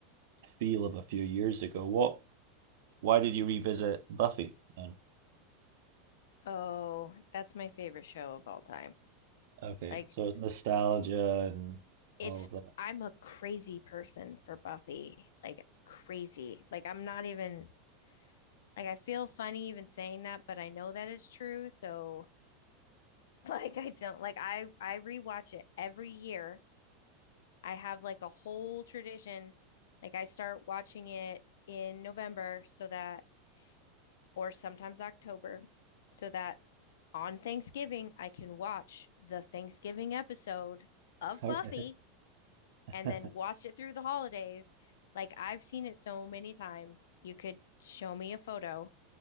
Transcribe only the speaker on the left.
Oh, that's my favorite show of all time.
Like
it's
I'm a crazy person for Buffy. Like crazy. Like I'm not even like I feel funny even saying that, but I know that it's true. So <laughs> like I don't like I I rewatch it every year. I have like a whole tradition. Like I start watching it in November so that or sometimes October so that on Thanksgiving I can watch the Thanksgiving episode
of
Buffy
and then watch it through the holidays. Like I've seen it so many times. You could show me a photo